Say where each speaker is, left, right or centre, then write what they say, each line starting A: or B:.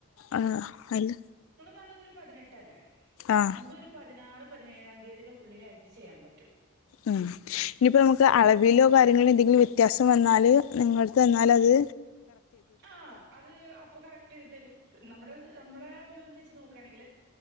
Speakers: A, on the left; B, on the right.
A: ആ അല്ല
B: ഞാനതൊരു പതിനേട്ടല്ലേ?
A: ആഹ്
B: നമുക്കൊരു പതിനാറ് പതിനേഴാം തീയതിന്റെ ഉള്ളിലായിട്ട് ചെയ്യൻ പറ്റ്
A: ഉം ഇനിയിപ്പോ നമുക്ക് അളവിലോ കാര്യങ്ങളി എന്തെങ്കിലും വ്യത്യാസം വന്നാല് നിങ്ങളെടുത്‌ തന്നാലത്
B: ആ അത് അപ്പൊ കറക്റ്റ് തെരും തെരും. നമ്മടെത് നമ്മടെ ഒരു ഇത് വെച്ച് നോക്കാണെങ്കിൽ